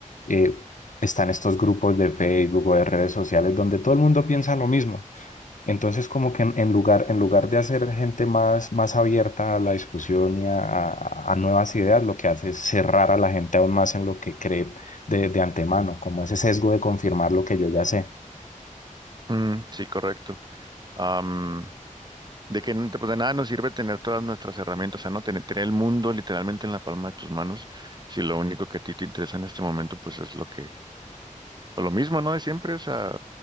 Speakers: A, on the left (about 70°); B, on the right (about 30°).
A: eh, Están estos grupos de Facebook o de redes sociales donde todo el mundo piensa lo mismo. Entonces, como que en, en lugar, en lugar de hacer gente más, más abierta a la discusión y a, a- a nuevas ideas, lo que hace es cerrar a la gente aún más en lo que cree de, de antemano, como ese sesgo de confirmar lo que yo ya sé.
B: Mm, sí, correcto. Am, de que n- pues de nada nos sirve tener todas nuestras herramientas, o sea, no tener, tener el mundo literalmente en la palma de tus manos, si lo único que a ti te interesa en este momento, pues es lo que, o lo mismo, ¿no? De siempre, o sea,